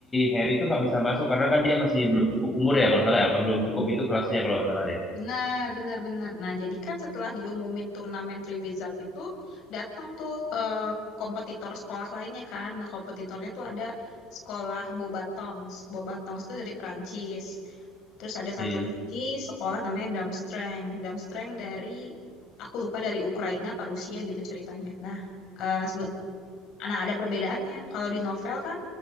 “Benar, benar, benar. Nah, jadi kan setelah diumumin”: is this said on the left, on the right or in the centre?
Left